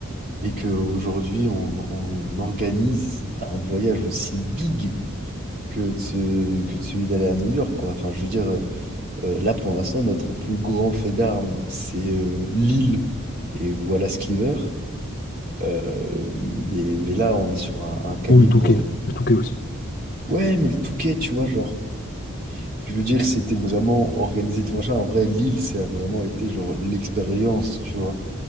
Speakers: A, on the right (about 40°); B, on the left (about 50°).
A: et qu'aujourd'hui on, on organise un voyage aussi big que de ce- que de celui d'aller à New York, quoi. Enfin, je veux dire, euh, euh, là pour l'instant, notre plus grand fait d'armes, c'est euh, Lille et Wallace Cleaver. Euh, mais, mais là, on est sur un, un calibre.
B: Ou le Touquet,
A: euh,
B: le Touquet aussi.
A: ouais, mais le Touquet, tu vois, genre. Je veux dire, c'était vraiment organisé tout machin. En vrai, Lille, ça a vraiment été genre l'expérience, tu vois.